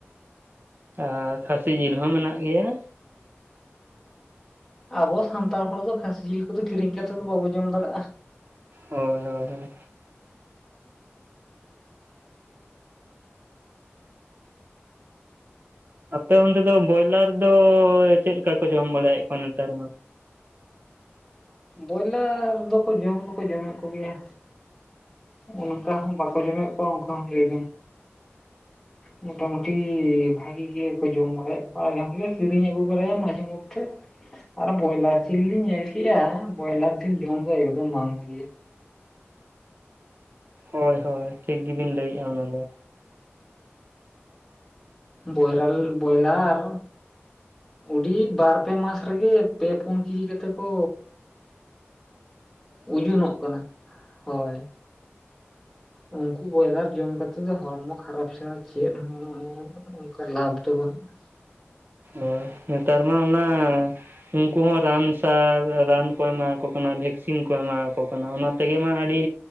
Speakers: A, on the right; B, in the centre.
A: ᱟᱨ ᱠᱷᱟᱹᱥᱤ ᱡᱤᱞ ᱦᱚᱸ ᱢᱮᱱᱟᱜ ᱜᱮᱭᱟ᱾
B: ᱟᱵᱚ ᱥᱟᱱᱛᱟᱲ ᱦᱚᱲ ᱫᱚ ᱠᱷᱟᱹᱥᱤ ᱡᱤᱞ ᱠᱚᱫᱚ ᱠᱤᱨᱤᱧ ᱠᱟᱛᱮᱫ ᱫᱚ ᱵᱟᱵᱚ ᱡᱚᱢ ᱫᱟᱲᱮᱭᱟᱜᱼᱟ
A: ᱦᱳᱭ ᱦᱳᱭ ᱦᱳᱭ ᱟᱯᱮ ᱚᱱᱛᱮ ᱫᱚ ᱵᱚᱭᱞᱟᱨ ᱫᱚ ᱪᱮᱫᱞᱮᱠᱟ ᱠᱚ ᱡᱚᱢ ᱵᱟᱲᱟᱭᱮᱫ ᱠᱚᱣᱟ ᱱᱮᱛᱟᱨ ᱢᱟ?
B: ᱵᱚᱭᱞᱟᱨ ᱫᱚᱠᱚ ᱡᱚᱢ ᱫᱚᱠᱚ ᱡᱚᱢᱮᱫ ᱠᱚ ᱜᱮᱭᱟ᱾ ᱚᱱᱠᱟ ᱦᱚᱸ ᱵᱟᱠᱚ ᱡᱚᱢᱮᱫ ᱠᱚᱣᱟ ᱚᱱᱠᱟ ᱦᱚᱸ ᱞᱟᱹᱭ ᱢᱚᱴᱟᱢᱩᱴᱤ ᱵᱷᱟᱜᱤ ᱜᱮᱠᱚ ᱡᱚᱢ ᱵᱟᱲᱟᱭᱟ ᱠᱚ ᱟᱞᱮᱦᱚᱸᱞᱮ ᱠᱤᱨᱤᱧ ᱟᱹᱜᱩ ᱵᱟᱲᱟᱭᱟ ᱢᱟᱡᱷᱮ ᱢᱚᱫᱽ ᱴᱷᱮ ᱟᱨ ᱵᱚᱭᱞᱟᱨ ᱡᱤᱞ ᱞᱤᱧ ᱧᱮᱞᱠᱮᱜ-ᱟ, ᱵᱚᱭᱞᱟᱨ ᱡᱤᱞ ᱡᱚᱢ ᱦᱚᱸ ᱮᱠᱫᱚᱢ ᱵᱟᱝ ᱵᱷᱟᱜᱮᱭᱟ᱾
A: ᱦᱳᱭ ᱦᱳᱭ, ᱴᱷᱤᱠ ᱜᱮᱵᱤᱱ ᱞᱟᱹᱭᱮᱜ-ᱟ ᱚᱱᱟ ᱫᱚ᱾
B: ᱵᱚᱭᱨᱟᱞ ᱵᱚᱭᱞᱟᱨ ᱩᱰᱤ ᱵᱟᱨ ᱯᱮ ᱢᱟᱥ ᱨᱮᱜᱮ ᱯᱮ ᱯᱩᱱ ᱠᱮᱡᱤ ᱠᱟᱛᱮ ᱠᱚ ᱩᱡᱩᱱᱚᱜ ᱠᱟᱱᱟ᱾ ᱦᱳᱭ ᱩᱱᱠᱩ ᱵᱚᱭᱞᱟᱨ ᱡᱚᱢ ᱠᱟᱛᱮᱜ ᱫᱚ ᱦᱚᱲᱢᱚ ᱠᱷᱟᱨᱟᱯ ᱪᱷᱟᱲᱟ ᱪᱮᱫ ᱦᱚᱸ ᱚᱱᱠᱟ ᱞᱟᱵᱷ ᱫᱚ ᱵᱟᱹᱱᱩᱜ-ᱟ᱾
A: ᱚ ᱱᱮᱛᱟᱨ ᱢᱟ ᱚᱱᱟ ᱩᱱᱠᱩ ᱦᱚᱸ ᱨᱟᱱ ᱥᱟᱨ ᱨᱟᱱ ᱠᱚ ᱮᱢᱟᱠᱚ ᱠᱟᱱᱟ ᱵᱷᱮᱠᱥᱤᱱ ᱠᱚ ᱮᱢᱟᱠᱚ ᱠᱟᱱᱟ ᱚᱱᱟ ᱛᱮᱜᱮ ᱢᱟ ᱟᱹᱰᱤ